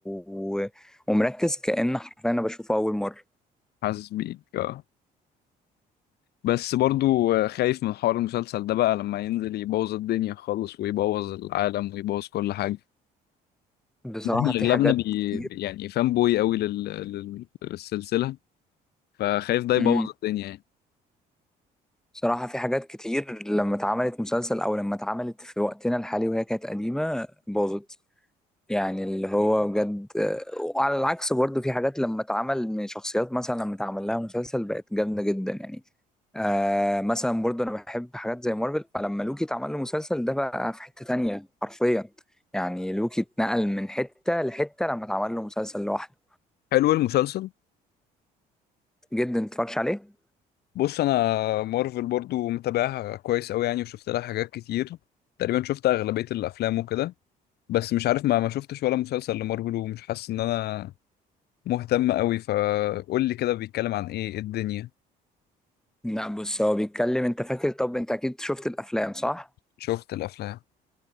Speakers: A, in the centre; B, on the left.
A: و... ومركز كأن حرفيا أنا بشوفه أول مرة
B: حاسس بيك آه. بس برضو آه، خايف من حوار المسلسل ده بقى لما ينزل يبوظ الدنيا خالص ويبوظ العالم ويبوظ كل حاجة
A: بصراحة
B: احنا اغلبنا
A: في حاجات
B: بي
A: كتير
B: بي- يعني فان بوي قوي لل... لل... للسلسلة فخايف ده يبوظ
A: امم
B: الدنيا يعني
A: بصراحة في حاجات كتير لما اتعملت مسلسل أو لما اتعملت في وقتنا الحالي وهي كانت قديمة باظت يعني اللي هو بجد وعلى العكس برضه في حاجات لما اتعمل من شخصيات مثلا لما اتعمل لها مسلسل بقت جامدة جدا يعني آه مثلا برضه انا بحب حاجات زي مارفل فلما لوكي اتعمل له مسلسل ده بقى في حتة تانية حرفيا يعني لوكي اتنقل من حتة لحتة لما اتعمل له مسلسل لوحده
B: حلو المسلسل
A: جدا متفرجش عليه
B: بص انا مارفل برضو متابعها كويس قوي يعني وشفت لها حاجات كتير تقريبا شفت اغلبية الافلام وكده بس مش عارف ما ما شفتش ولا مسلسل لمارفل ومش حاسس ان انا مهتم قوي فقول لي كده بيتكلم عن ايه إيه الدنيا
A: لا بص هو بيتكلم انت فاكر طب انت اكيد شفت الافلام صح
B: شفت الافلام